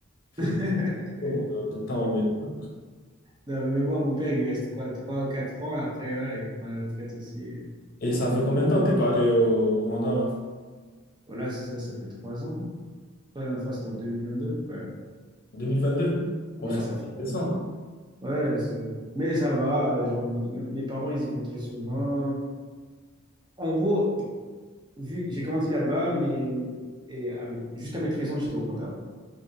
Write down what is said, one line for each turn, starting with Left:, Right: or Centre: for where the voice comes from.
Left: Il fait
Right: <laughs>
Left: des tours euh, tout le temps au Bénin.
Right: Non, mais même moi, mon père, il lui reste quoi, 3 ou 4 ans. Après, voilà, il prend la retraite aussi.
Left: Et ça fait combien de temps que t'es pas allé au Rwanda, là?
Right: Voilà, ça, ça fait 3 ans. La dernière fois, c'était en deux mille vingt-deux Ouais,
Left: 2022? Bon,
Right: ouais
Left: ça,
Right: ça fait.
Left: c'est récent.
Right: Ouais, c'est- mais ça va. euh, Genre, m- m- mes parents, ils y vont très souvent. En gros, vu que j'ai grandi là-bas, mais et avec jusqu'à mes 13 ans, j'étais au Rwanda.